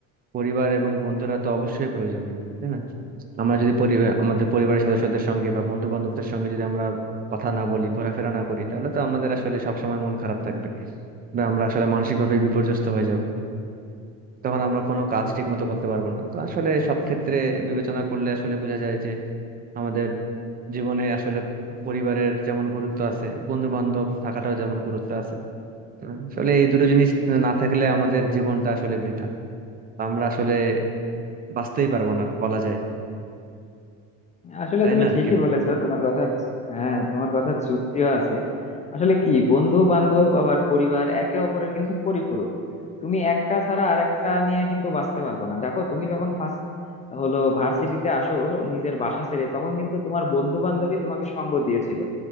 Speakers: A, on the right; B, on the left.
A: পরিবার এবং বন্ধুরা তো অবশ্যই প্রয়োজনীয় তাই না আমরা যদি পরিবার আমাদের পরিবারের সদস্যদের সঙ্গে বা বন্ধু বান্ধবদের সঙ্গে যদি আমরা কথা না বলি ঘোরাফেরা না করি তাহলে তো আমাদের আসলে সবসময় মন খারাপ থাকবে বা আমরা আসলে মানসিক ভাবে বিপর্যস্ত হয়ে যাব তখন আমরা কোনো কাজ ঠিক মতো করতে পারবো না তো আসলে সব ক্ষেত্রে বিবেচনা করলে আসলে বোঝা যায় যে আমাদের জীবনে আসলে পরিবারের যেমন গুরুত্ব আছে বন্ধু বান্ধব থাকাটাও যেমন গুরুত্ব আছে আসলে এই দুটো জিনিস না থাকলে আমাদের জীবনটা আসলে বৃথা আমরা আসলে বাঁচতেই পারবো না বলা যায়
B: আসলে
A: তাই
B: তুমি
A: না
B: ঠিকই
A: কি বল-
B: বলেছো তোমার কথার হ্যাঁ তোমার কথার যুক্তিও আছে আসলে কি বন্ধু বান্ধব আবার পরিবার একে অপরের কিন্তু পরিপূরক তুমি একটা ছাড়া আরেকটা নিয়ে কিন্তু বাঁচতে পারবে না দেখো তুমি যখন ফার্স্ট হলো ভার্সিটিতে আসো নিজের বাসা ছেড়ে তখন কিন্তু তোমার বন্ধু বান্ধবী তোমাকে সঙ্গ দিয়েছিল